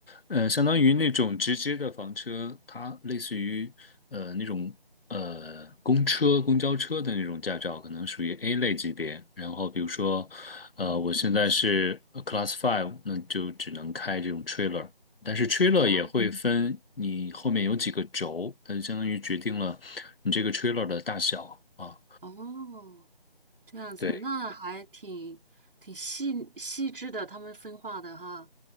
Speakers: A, on the left; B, on the right.
A: 呃，相当于那种直接的房车，
B: 哦，这样子
A: 它类似于呃那种呃公车、公交车的那种驾照，可能属于 A 类级别。然后比如说，呃，
B: 有点儿
A: 我现在是呃 Class Five，那就只能开这种 trailer。但是 trailer
B: 好
A: 也会分你后面有几个轴，它就相当于决定了你这个 trailer 的大小啊。
B: 哦，这样子那还挺挺细细致的，
A: 对。
B: 他们分化的哈。